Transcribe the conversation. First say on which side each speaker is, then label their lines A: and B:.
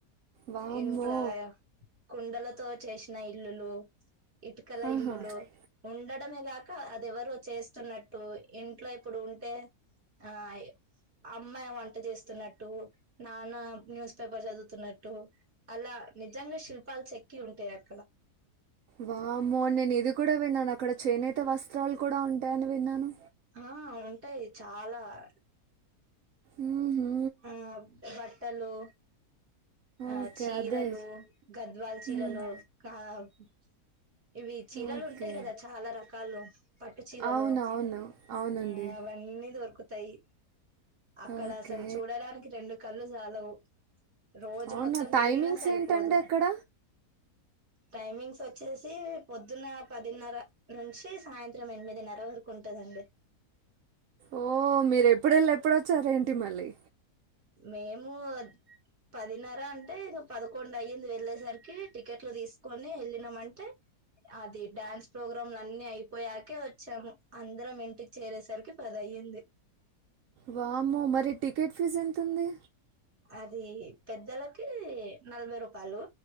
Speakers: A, on the right (about 65°); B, on the right (about 40°).
A: వామ్మో
B: ఇంట్లా కుండలతో చేసిన ఇల్లులు ఇటుకల
A: ఆహా
B: ఇల్లులు
A: ఆ
B: ఉండడం అనే కాక అది ఎవరో చేస్తున్నట్టు ఇంట్లో ఇప్పుడు ఉంటే ఆయ్ అమ్మాయి వంట చేస్తున్నట్టు నాన్న న్యూస్ పేపర్ చదువుతున్నట్టు అలా నిజంగా శిల్పాలు చెక్కి ఉంటాయి యాక్
A: వామ్మో నేను ఇది కూడా విన్నాను అక్కడ చేనేత వస్త్రాలు కూడా ఉం టెను విన్నాను
B: ఆ ఉంటాయి చాలార్
A: ఉహు
B: ఆ బట్టలు ఆ
A: ఓకే
B: చీరలు
A: అదే
B: గద్వల్ చీలలు
A: మ్మ్.
B: కమ్ ఇవి చీరలు
A: ఓకే
B: ఉంటాయి కదా చాలా రకాలు పట్టు చీరలు
A: అవునవును అవునండి
B: ఉమ్ అవన్నీ దొరుకు తయి అక్కడ
A: ఓకే.
B: అసల్ చూడడానికి రెండు కళ్ళు సాలావు రోజు
A: అవునా
B: మొత్తం తిరిగినా
A: టైమింగ్స్
B: సరిపోదు
A: ఏంటండి అక్కడ?
B: టైమింగ్స్ వచ్చేసి పొద్దున్న పదిన్నర నుంచి సాయంత్రం ఎనిమిదిన్నర వరక్ ఉంటదండి
A: ఓ మీర్ ఎప్పుడు ఎళ్ళి ఎప్పుడొచ్చార్ ఏంటి మళ్ళీ
B: మేము ఓ పదిన్నర అంటే ఇంగ పదకొండు అయ్యింది వెళ్ళేసరికి టికెట్లు తీసుకొని వెళ్ళినమంటే అది డ్యాన్స్ ప్రోగ్రామ్ అన్ని అయిపోయాకే వచ్చాము అందరం ఇంటిక్ చేరేసరికి పది అయింది
A: వామ్మో మరి టికెట్ ఫీజు ఎంతుంది
B: అది పెద్దలకి నలభై రూపాలు